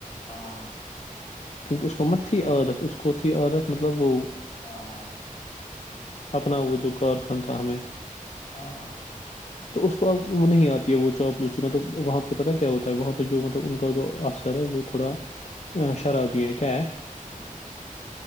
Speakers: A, on the left (about 80°); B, on the left (about 50°).
A: ہاں
B: کیونکہ اس کو مت تھی عادت اس کو تھی عادت مطلب وہ
A: ہاں ہاں
B: اپنا وہ جو کارخان تھا ہمیں
A: ہاں ہاں
B: تو اس کو اب نہیں آتی ہے وہ چاپ لوسی مطلب وہاں پہ پتاہ کیا ہوتا وہاں
A: ہ
B: پہ جو مطلب ان کا جو افسر ہے وہ تھوڑا شرابی ہے کیا ہے
A: ھمم